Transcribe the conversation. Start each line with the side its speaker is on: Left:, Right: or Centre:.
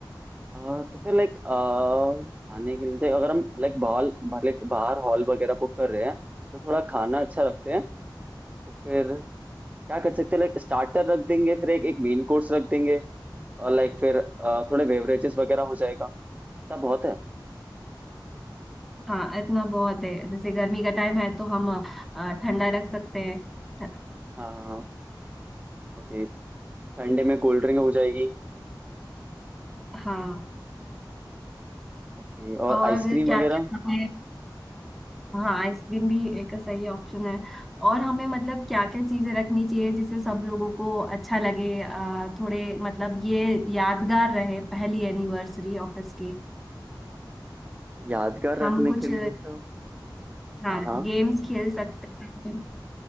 Right: आह, तो फिर लाइक खाने के लिए अगर हम लाइक हॉल लाइक बाहर हॉल वगैरह बुक कर रहे हैं तो थोड़ा खाना अच्छा रखते हैं तो फिर क्या कर सकते हैं लाइक स्टार्टर रख देंगे फिर एक एक मेन कोर्स रख देंगे और लाइक फिर अ, थोड़े बेवरेजेस वगैरह हो जाएगा तब बहुत है
Centre: हाँ इतना बहुत है जैसे गर्मी का टाइम है तो हम अ, ठंडा रख सकते हैं
Right: हाँ ओके ठंडे में कोल्ड ड्रिंक हो जाएगी
Centre: हाँ
Right: ओके और
Centre: और
Right: आइसक्रीम
Centre: क्या
Right: वगैरह
Centre: क्या हाँ आइसक्रीम भी एक सही ऑप्शन है और हमें मतलब क्या क्या चीजें रखनी चाहिए जिससे सब लोगों को अच्छा लगे अ, थोड़े मतलब ये यादगार रहे पहली एनिवर्सरी ऑफिस की
Right: यादगार
Centre: हम
Right: रखने
Centre: कुछ
Right: के लिए तो
Centre: हाँ
Right: हाँ हाँ
Centre: गेम्स खेल सकते हैं